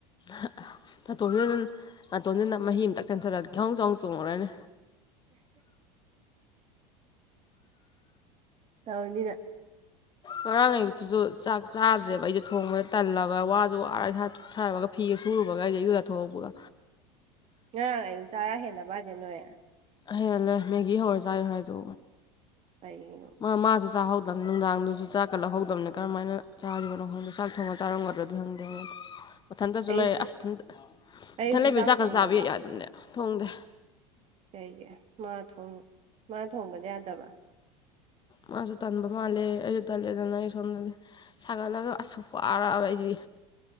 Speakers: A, on the left; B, on the right.
A: ꯍꯛꯑꯥ ꯅꯥꯇꯣꯟꯖꯤꯅꯟ ꯅꯥꯇꯣꯟꯖꯤ ꯅꯞ ꯃꯍꯤ ꯑꯝꯇꯛ ꯆꯦꯟꯊꯣꯔꯛ ꯈ꯭ꯌꯥꯎ ꯆꯥꯎ ꯆꯣꯡꯉꯨꯔꯅꯤ
B: ꯑꯥꯎꯅꯤ ꯅꯪ
A: ꯉꯔꯥꯡ ꯑꯌꯨꯛꯇꯨꯖꯨ ꯆꯥꯛ ꯆꯥꯗ꯭ꯔꯦꯕ ꯑꯩꯖꯦ ꯊꯣꯡꯕꯗ ꯇꯜꯂꯕ ꯋꯥꯖꯨ ꯋꯥꯔ ꯏꯁꯥꯗꯨ ꯊꯔꯕꯒ ꯐꯤꯒ ꯁꯨꯔꯨꯕꯒ ꯑꯥꯏꯖꯦ ꯏꯔꯨꯖꯊꯣꯛꯄꯣꯒ
B: ꯉꯔꯥꯡ ꯑꯌꯨꯛ ꯆꯥꯔꯥ ꯍꯦꯜꯂꯕ ꯍꯥꯏꯖꯦ ꯅꯣꯏ
A: ꯍꯦꯜꯂꯦ ꯃꯦꯒꯤ ꯍꯧꯔ ꯆꯥꯏ ꯍꯥꯏꯗꯣ
B: ꯄꯩꯅꯤꯉꯤꯅꯣ
A: ꯃꯥ ꯃꯥꯖꯨ ꯆꯥꯍꯧꯗꯝ ꯅꯨꯡꯗꯥꯡꯗꯨꯖꯨ ꯆꯥꯛꯀꯥ ꯂꯧꯍꯧꯗꯝꯅꯦ ꯀꯔꯝꯃꯥꯏꯅ ꯆꯥꯒꯤꯕꯅꯣ ꯈꯪꯗꯣ ꯆꯥꯛ ꯊꯣꯡꯉ ꯆꯥꯔꯝꯒꯗ꯭ꯔ ꯅꯪꯗ꯭ꯔꯒꯗꯤ ꯃꯊꯟꯇꯖꯨ
B: ꯑꯌꯨꯛꯁꯨ
A: ꯂꯩ ꯑꯁ ꯏꯊꯟꯇ
B: ꯑꯌꯨꯛꯁꯨ
A: ꯏꯊꯟ ꯂꯩꯕꯖꯦ
B: ꯆꯥꯛ
A: ꯆꯥꯛꯀ
B: ꯊꯣꯡꯗꯕ
A: ꯆꯥꯕꯤ ꯌꯥꯗꯝꯅꯦ ꯊꯣꯡꯗꯦ
B: ꯀꯩꯒꯤ ꯃꯥ ꯊꯨꯡ ꯃꯥ ꯊꯣꯡꯕꯗꯤ ꯌꯥꯗꯕ
A: ꯃꯥꯖꯨ ꯇꯟꯕ ꯃꯥꯜꯂꯦ ꯑꯩꯖꯨ ꯇꯜꯂꯦꯗꯅ ꯑꯩ ꯐꯃꯤꯟꯅꯧꯖꯦ ꯁꯥꯒꯠꯂꯒ ꯑꯁ ꯋꯥꯔꯛꯑꯕ ꯑꯩꯗꯤ